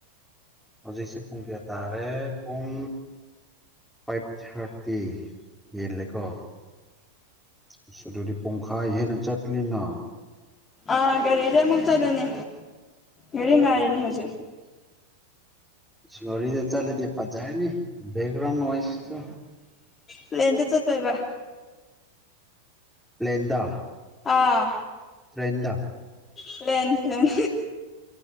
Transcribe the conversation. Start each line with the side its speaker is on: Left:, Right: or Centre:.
Centre: ꯍꯧꯖꯤꯛꯁꯤ ꯄꯨꯡ ꯀꯌꯥ ꯇꯥꯔꯦ ꯄꯨꯡ ꯐꯥꯏꯚ ꯊꯥꯔꯇꯤ ꯍꯦꯜꯂꯦꯀꯣ ꯑꯁ ꯑꯗꯨꯗꯤ ꯄꯨꯡꯈꯥꯏ ꯍꯦꯟꯅ ꯆꯠꯂꯤꯅ
Left: ꯑꯥ ꯒꯥꯔꯤꯗ ꯑꯃꯨꯛ ꯆꯠꯂꯅꯤ ꯒꯔꯤ ꯉꯥꯏꯔꯤꯅꯤ ꯍꯧꯖꯤꯛ
Centre: ꯒꯔꯤꯗ ꯆꯠꯂꯗꯤ ꯐꯖꯔꯅꯤ ꯕꯦꯛꯒ꯭ꯔꯥꯎꯟ ꯅꯣꯏꯁ ꯇꯣ
Left: ꯄꯂꯦꯟꯗ ꯆꯠꯇꯣꯏꯕ
Centre: ꯄꯂꯦꯟꯗꯥ
Left: ꯑꯥ
Centre: ꯄ꯭ꯔꯦꯟꯗ
Left: ꯄ꯭ꯂꯦꯟ ꯄ꯭ꯂꯦꯟ